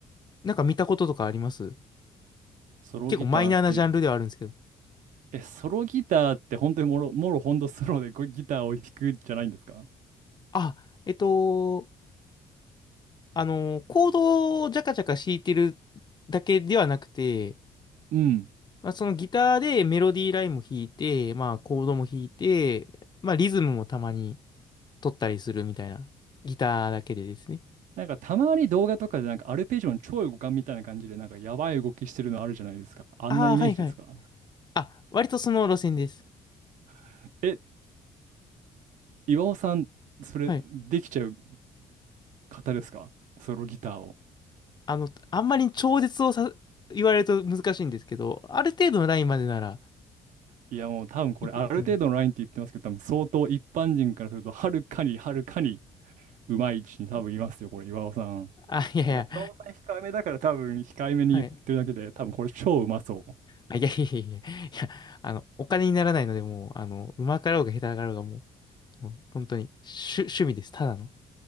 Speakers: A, on the left; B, on the right.
A: なんか見たこととかあります
B: ソロギターっていうと、
A: 結構マイナーなジャンルではあるんですけど。
B: え、ソロギターって本当にもろ、もろほんとソロでこうギターを弾くじゃないんですか
A: あ、えっと、あの、コードをジャカジャカ弾いてるだけではなくて、
B: うん。
A: まあ、そのギターでメロディーラインも弾いて、まあコードも弾いて、まあリズムもたまに。撮ったりするみたいな。ギターだけでですね。
B: なんかたまに動画とかでなんかアルペジオの超互換みたいな感じでなんかやばい動きしてるのあるじゃないですか。あんなイメージですか。
A: ああ、はいはい。あ、割とその路線です。
B: <laughs> え、岩尾さん、それできちゃう
A: はい。
B: 方ですかソロギターを。
A: あの、あんまり超絶をさ、言われると難しいんですけど、ある程度のラインまでなら
B: いやもう多分これある程度のラインって言ってますけど、
A: いけると思う。
B: 多分相当一般人からするとはるかにはるかにうまい位置に多分いますよ、これ岩尾さん。
A: あ、いやいや、
B: なんか岩尾さん控えめだから多分控えめに言ってるだけで、
A: はい。
B: 多分これ超うまそう。い
A: あ、いやいやいやいや、いや、あの、お金にならないので、もう、あの、うまかろうが下手だろうが、もう、もう本当に、趣、趣味です。ただの。